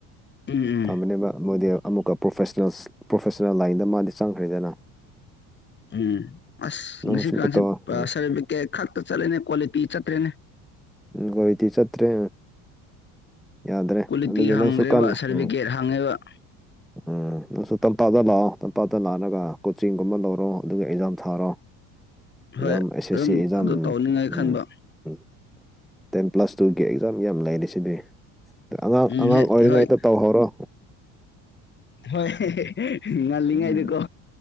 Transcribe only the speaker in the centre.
ꯐꯕꯅꯦꯕ ꯃꯣꯗꯦꯜ ꯑꯃꯨꯛꯀ ꯄ꯭ꯔꯣꯐꯦꯁꯅꯦꯜꯁ ꯄ꯭ꯔꯣꯐꯦꯁꯅꯦꯜ ꯂꯥꯏꯟꯗ ꯃꯥꯗꯤ ꯆꯪꯈ꯭ꯔꯦꯗꯅ
ꯅꯪ
ꯁꯨꯃꯥꯏꯅ
ꯇꯧ ꯎꯝ
ꯀ꯭ꯋꯥꯂꯤꯇꯤ ꯆꯠꯇ꯭ꯔꯦ ꯌꯥꯗ꯭ꯔꯦ
ꯑꯗꯨꯒꯤ
ꯅꯪꯁꯨ ꯀꯟꯅ
ꯎꯝ
ꯎꯝ ꯅꯪꯁꯨ ꯇꯞꯇꯥꯗ ꯂꯥꯛꯑꯣ ꯇꯞꯇꯥꯇ ꯂꯥꯛꯔꯒ ꯀꯣꯆꯤꯡꯒꯨꯝꯕ ꯂꯧꯔꯣ ꯑꯗꯨꯒ ꯑꯦꯛꯖꯥꯝ ꯊꯥꯔꯣ
ꯑꯦꯖꯥꯝ ꯑꯦꯁ
ꯑꯦꯁ ꯁꯤ ꯑꯦꯖꯥꯝ
ꯎꯝ ꯎꯝ ꯇꯦꯟ ꯄ꯭ꯂꯁ ꯇꯨꯒꯤ ꯑꯦꯛꯖꯥꯝ ꯌꯥꯝ ꯂꯩꯔꯤ ꯁꯤꯗꯤ ꯑꯉꯥꯡ
ꯑꯉꯥꯡ
ꯑꯣꯏꯔꯤꯉꯩꯗ
ꯇꯧꯍꯧꯔꯣ
ꯎꯝ